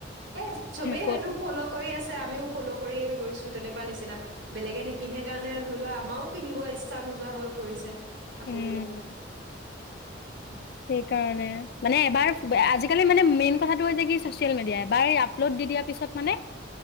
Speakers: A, on the right (about 70°); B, on the left (about 55°).
A: সেই চবেই
B: ক'ত
A: সেইটো ফ'ল' কৰি আছে আমিও- ফ'ল কৰিয়ে গৈছো তেনেকুৱা নিচিনা, বেলেগে নিপিন্ধে কাৰণে ধৰি লোৱা আমাৰও পিন্ধিব ইচ্ছা নোযোৱা হৈ পৰিছে কাপোৰ
B: উম
A: বিলাক। <unintelligible>
B: সেইকাৰণে মানে এবাৰ আজিকালি মানে মেইন কথাটো হৈছে কি চচিয়েল মিডিয়া এবাৰ আপলোড দি দিয়াৰ পিছত মানে